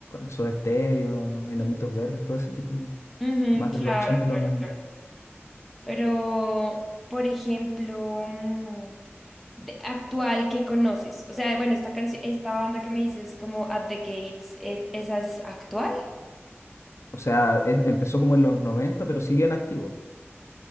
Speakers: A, on the left (about 85°); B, in the centre.
A: Soda Stereo, los Enanitos Verdes, todo ese tipo,
B: Ujú,
A: más
B: claro,
A: de los 80
B: claro,
A: y los 90,
B: claro. Pero, por ejemplo, mm, de- actual que conoces? O sea, bueno, esta canción, esta banda que me dices como At the Gates, ¿es- ¿esa es actual?
A: O sea, es- empezó como en los 90, pero siguen activos.